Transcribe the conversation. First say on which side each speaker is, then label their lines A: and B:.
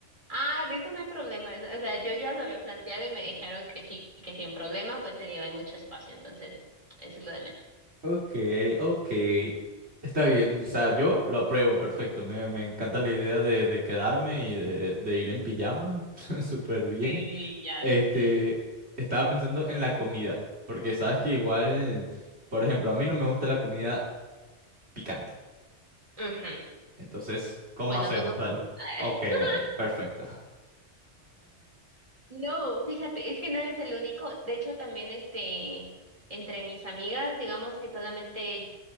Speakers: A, on the right; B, on the right.
A: Ah, de eso no hay problema. es- O sea, yo ya lo había planteado y me dijeron que sí, que sin problema, pues te digo, hay mucho espacio, entonces, eso es lo de menos.
B: Ok, ok. Está bien, o sea, yo lo apruebo, perfecto. Me, me encanta la idea de, de quedarme y de, de ir en pijama, <laughs> súper bien.
A: Sí, ya
B: Este,
A: sé.
B: estaba pensando en la comida, porque sabes que igual, por ejemplo, a mí no me gusta la comida picante.
A: Ujú.
B: Entonces, ¿cómo
A: Bueno,
B: hacemos,
A: tú no
B: Dani?
A: comes.
B: Ok, Dani,
A: <laughs>
B: perfecto.
A: No, fíjate, es que no eres el único. De hecho, también este, entre mis amigas, digamos que solamente